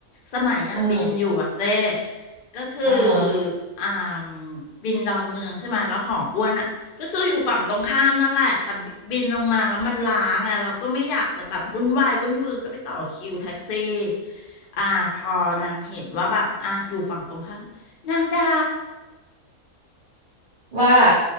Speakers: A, on the left (about 60°); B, on the right (about 70°).
A: สมัยยังบินอยู่อ่ะเจ๊
B: เออ
A: ก็คือ
B: อ่าฮะ
A: อ่าบินดอนเมืองใช่ไหมแล้วหออ้วนอ่ะก็คืออยู่ฝั่งตรงข้ามนั่นแหละแต่บิบินลงมาแล้วมันล้างอ่ะเราก็ไม่อยากจะแบบวุ่นวายวุ่นวือก็ไปต่อคิวแท็กซี่อ่าพอนางเห็นว่าแบบอ่ะอยู่ฝั่งตรงข้ามนางด่า
B: ว่า